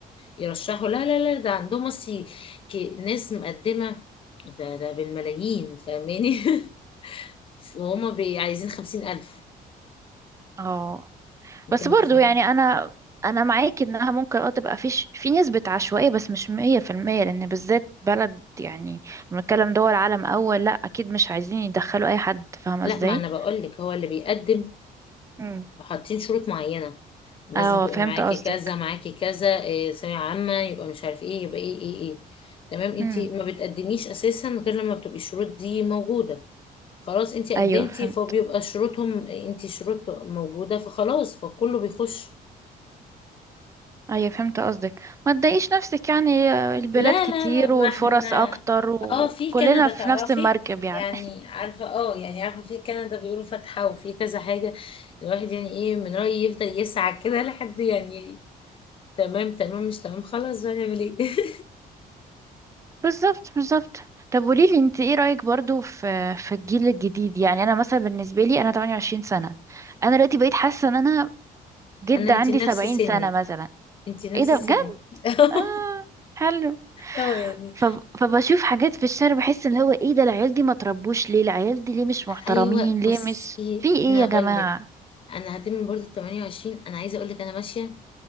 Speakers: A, on the left; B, on the right.
A: يرشحوا لا لا لا ده عندهم بصي ك- ناس مقدمة ده ده بالملايين فاهماني <laughs> وهما بي- عايزين خمسين ألف
B: اه
A: انت
B: بس
A: متخيلة
B: برضو يعني انا انا معاك انها ممكن اه تبقى فيش في نسبة عشوائية بس مش مية في المية لان بالذات بلد يعني بنتكلم دول عالم اول لا اكيد مش عايزين يدخلوا اي حد فاهمة
A: لا
B: ازاي
A: ما انا بقولك هو اللي بيقدم
B: مم.
A: وحاطين شروط معينة لازم
B: اه
A: تبقي
B: فهمت
A: معاكي
B: قصدك
A: كذا معاكي كذا إيه ثانوية عامة يبقى مش عارف ايه يبقى ايه ايه ايه تمام انت
B: امم
A: ما بتقدميش اساسا غير لما بتبقي الشروط دي موجودة خلاص انت قدمتي
B: ايوه فهمت
A: فبيبقى شروطهم انت شروط موجودة فخلاص فكله بيخش
B: ايوه فهمت قصدك ما تضايقيش نفسك يعني آه، البلاد
A: لا
B: كتير
A: لا لا ما
B: والفرص
A: احنا
B: اكتر وكلنا
A: اه في كندا
B: في
A: تعرفي
B: نفس المركب يعني
A: يعني عارفة اه يعني عارفة في كندا بيقولوا فاتحة وفي كذا حاجة الواحد يعني ايه من رأيي يفضل يسعى كده لحد يعني تمام تمام مش تمام خلاص بقى نعمل ايه <laughs>
B: <laughs> بالظبط بالظبط طب قوليلي انت ايه رأيك برضو في في الجيل الجديد يعني انا مثلا بالنسبة لي انا 28 سنة انا دلوقتي بقيت حاسة ان انا جد
A: انا
B: عندي
A: انتي
B: 70
A: نفس سني
B: سنة مثلا
A: انتي نفس
B: ايه ده
A: سني
B: بجد
A: <laughs>
B: اه حلو
A: اه يعني
B: ف... فبشوف حاجات في الشارع بحس ان هو ايه ده العيال دي ما تربوش ليه العيال دي ليه مش محترمين
A: ايوه
B: ليه
A: بصي
B: مش في ايه
A: انا
B: يا جماعة
A: هقول لك انا هتم برضه ال 28 انا عايزه اقول لك انا ماشيه